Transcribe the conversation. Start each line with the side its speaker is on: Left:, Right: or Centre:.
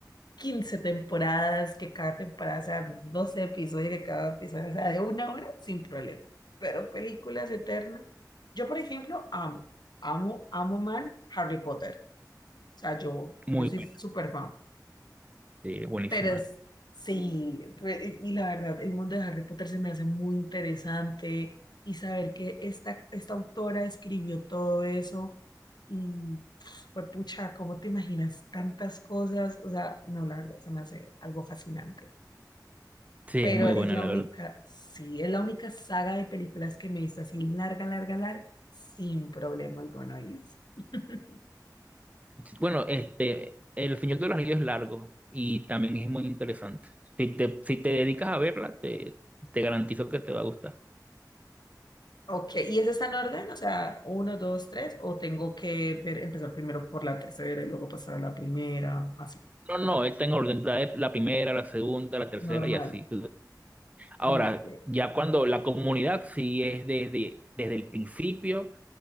Left: 15 temporadas, que cada temporada sea de 12 episodios, que cada episodio sea de una hora, sin problema. Pero películas eternas. Yo, por ejemplo, amo, amo, amo mal Harry Potter. O sea, yo,
Right: muy
Left: yo soy
Right: buena.
Left: súper fan.
Right: Sí, buenísima.
Left: Pero es- sí, re- y la verdad, el mundo de Harry Potter se me hace muy interesante y saber que esta, esta autora escribió todo eso y pues pucha, ¿cómo te imaginas tantas cosas? O sea, no, la verdad, se me hace algo fascinante.
Right: Sí,
Left: Pero
Right: es muy
Left: es
Right: buena,
Left: la
Right: la
Left: única,
Right: verdad.
Left: sí, es la única saga de películas que me hizo así larga, larga, larga, sin problema alguno, Is. <laughs>
Right: Bueno, este, El Señor de los Anillos es largo y también es muy interesante. Si te, si te dedicas a verla, te, te garantizo que te va a gustar.
Left: Ok, ¿y ese está en orden? O sea, uno, dos, tres, o tengo que ver, empezar primero por la tercera y luego pasar a la primera, así.
Right: No, no, está en orden, trae la primera, la segunda, la tercera
Left: Normal.
Right: y así. Ahora,
Left: Ok.
Right: ya cuando la comunidad sí es desde, desde el principio